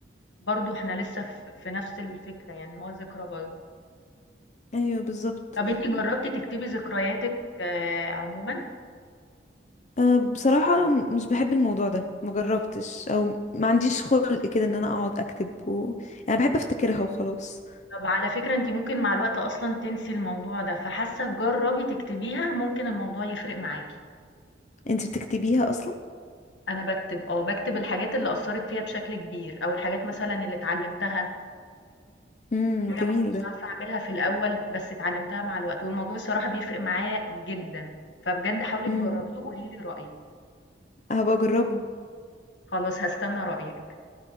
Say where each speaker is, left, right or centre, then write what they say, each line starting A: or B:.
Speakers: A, on the left; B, on the left.
A: برضه إحنا لسه ف في نفس الفكرة يعني إن هو ذكرى برضه.
B: ايوه بالظبط
A: طب أنتِ جرّبتِ تكتبي ذكرياتِك آه، عمومًا؟
B: أه بصراحة م- مش بحب الموضوع ده مجربتش او ما عنديش خلق كده ان انا اقعد اكتب و... يعني بحب افتكرها وخلاص
A: طب على فكرة أنتِ ممكن مع الوقت أصلًا تنسي الموضوع ده، فحاسة جرّبي تكتبيها ممكن الموضوع يفرق معاكِ.
B: انت بتكتبيها اصلا
A: أنا باكتب آه، باكتب الحاجات اللي أثّرت فيّا بشكل كبير أو الحاجات مثلًا اللي اتعلمتها.
B: امم
A: حاجة
B: جميل
A: ما كنتش
B: ده
A: عارفة أعملها في الأول، بس اتعلمتها مع الوقت، والموضوع الصراحة بيفرق معايا جدًا، فبجد حاولي
B: امم
A: تجربيه وقولي لي رأيِك،
B: هبقى اجربه
A: خلاص هاستنى رأيِك،